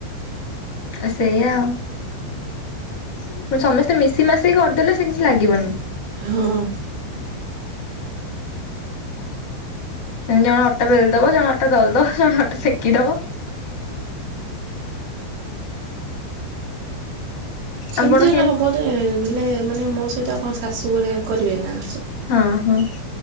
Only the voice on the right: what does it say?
ହଁ।
ସେମିତି
ହେଲେ
ହବ ଯେ, ହେଲେ ମାନେ ମୋ ସହିତ ଆଉ କଣ ଶାଶୁ ଘରେ କରିବେ ନା।